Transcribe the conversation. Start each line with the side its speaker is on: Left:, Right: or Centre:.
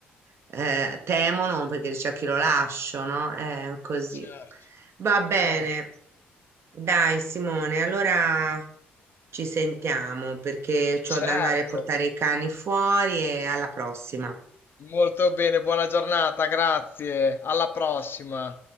Right: eh, temono perché c'è chi lo lascia, no? È così.
Left: certo,
Right: Va bene,
Left: certo,
Right: dai Simone, allora ci sentiamo perché
Left: certo.
Right: ho da andare a portare i cani fuori e alla prossima.
Left: Molto bene, buona giornata, grazie. Alla prossima.